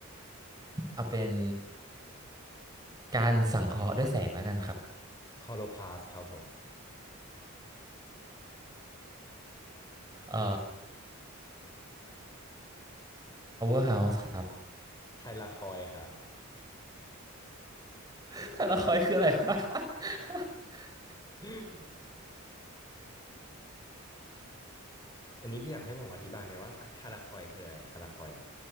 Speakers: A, on the right; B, on the left.
A: ๆเอาเป็นการสังเคราะห์ด้วยแสงแล้วกันครับ
B: คอโลพาสครับผม
A: เอ่อ Power House ครับ
B: ไทลาคอยครับ
A: <laughs> ไทยละครคืออะไรวะ <laughs>
B: <laughs> อันนี้พี่อยากให้ผมอธิบายไหมว่าไทาราคอยคืออะไรไทาราคอยอ่ะ